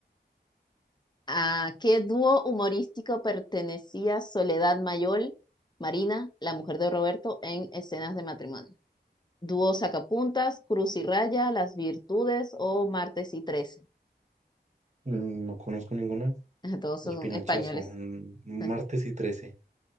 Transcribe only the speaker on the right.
Mm, No conozco ninguna.
El
pinochazo,
mm, martes
y trece.